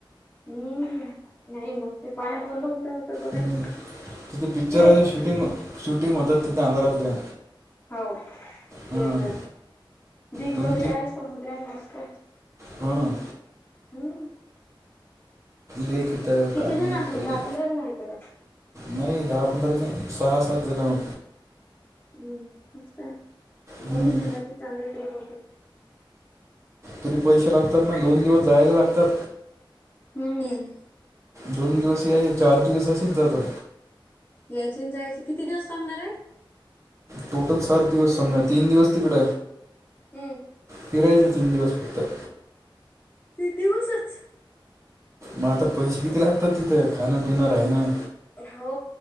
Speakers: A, on the left; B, on the right.
A: हम्म नाही मग ते पाण्यात वलं होत बघायचं
B: हम्म तिथे पिक्चरच्या
A: फिरायचं
B: शूटिंग, शूटिंग होतात तिथं अंधारातल्या
A: हो
B: हां
A: केर बीच
B: दोन
A: वगैरे आहे समुद्रा आहे मस्त
B: हा ना
A: हम्म
B: लिखित
A: किती
B: काही
A: जण आहात तुम्ही
B: तरी.
A: दहा पंधरा जण आहेत बघा
B: नाही दहा पंधरा नाही सहा, सात जण
A: हम् मस्तर
B: हम्म.
A: कमी झा ना ते चांगल ट्रीप होते
B: तरी पैसे लागतात ना दोन दिवस जायला लागतात
A: हम्म
B: दोन दिवस येईल चार दिवस असेच जातात
A: यायची अन जायची किती दिवस थांबणार आहे
B: टोटल सात दिवस समजा तीन दिवस तिकड
A: हम्म
B: फिरायच तीन दिवस फक्त
A: ते दिवसचं
B: म आता पैसे किती लागतात तिथं खां पिणं राहणं
A: हो